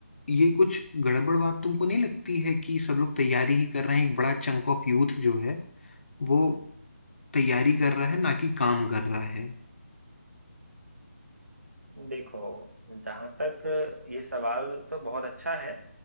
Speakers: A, on the left; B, on the right.
A: ये कुछ गड़बड़ बात तुमको नहीं लगती है कि सब लोग तैयारी ही कर रहे हैं एक बड़ा चंक ऑफ यूथ जो है वो तैयारी कर रहा है ना कि काम कर रहा है
B: देखो जहाँ तक ये सवाल तो बहुत अच्छा है